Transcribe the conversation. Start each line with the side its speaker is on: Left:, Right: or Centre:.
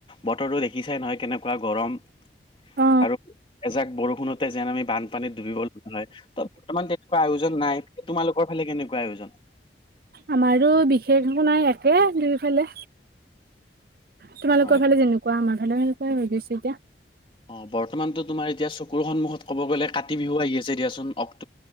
Left: বতৰতো দেখিছাই। হয় কেনেকুৱা গৰম
Right: অ
Left: আৰু এজাক বৰষুণতে যেন আমি বান পানীত ডুবিব লগা হয়, ত বৰ্তমান তেনেকুৱা আয়োজন নাই। তোমালোকৰ ফালে কেনেকুৱা আয়োজন?
Right: আমাৰো বিশেষ একো নাই, একে দুইফালে। তোমালোকৰ
Left: হয়
Right: ফালে যেনেকুৱা আমাৰ ফালে সনেকুৱাই হৈ গৈছে এতিয়া।
Left: অ বৰ্তমানতো তোমাৰ এতিয়া চকুৰ সন্মুখত ক'ব গ'লে কাতি বিহু আহি আছে দিয়াচোন। অক